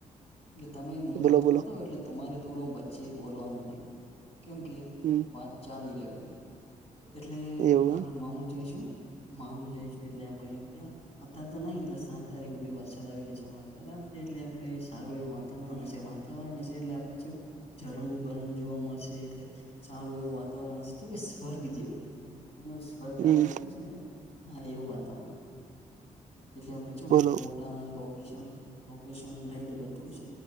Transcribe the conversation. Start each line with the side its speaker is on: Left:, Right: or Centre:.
Left: એટલે તમે હું
Right: બોલો
Left: વાત કર
Right: બોલો
Left: દો એટલે તમારે થોડું વચ્ચે બોલવાનું નહી કેમકે
Right: હમ
Left: વાત ચાલી રહેવી જોઈએ એટલે
Right: એવું
Left: આપણે માઉન્ટ જઈશું. માઉડ જઈશું એટલે આપડે ત્યાં અત્યારે તો નહી એટલે સાત તારીખ સુધી વરસાદ આવી જશે વરસાદ આવશે એટલે આપણે સારું એવું વાતાવરણ હશે વાત વાતાવરણ હશે એટલે આપણે જે ઝરણું બરણું જોવા મળશે એટલે સારું એવું વા તાવરણ જો કે સ્વર્ગ જેવું અમે સ્વર્ગ
Right: હમ
Left: આપડે જોવ છે ને હા એવું વાતાવરણ એટલે આપડી ચેવુસ્
Right: બોલો
Left: ફોટા લો શન લોકેશન રાઇડ એ બધું હશે